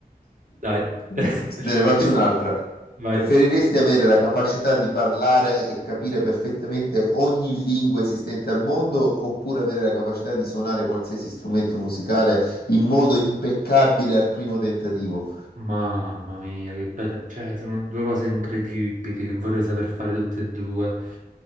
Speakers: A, on the right; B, on the left.
A: Dai.
B: Te
A: <laughs>
B: ne faccio
A: Questo...
B: un'altra.
A: Vai.
B: Preferiresti avere la capacità di parlare e capire perfettamente ogni lingua esistente al mondo oppure avere la capacità di suonare qualsiasi strumento musicale in modo impeccabile al primo tentativo?
A: Mamma mia, che bello. Cioè, sono due cose incredibili che vorrei saper fare tutte e due.